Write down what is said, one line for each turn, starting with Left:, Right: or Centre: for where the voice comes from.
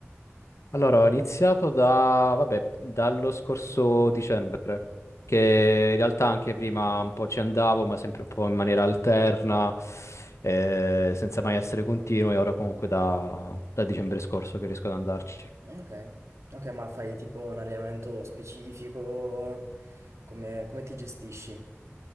Left: Allora, ho iniziato da, vabbè, dallo scorso dicembre, che in realtà anche prima un po' ci andavo, ma sempre un po' in maniera alterna, eh, senza mai essere continuo, e ora comunque da, da dicembre scorso che riesco ad andarci.
Right: Mm, Ok. Ok, ma fai tipo un allenamento specifico? Come, come ti gestisci?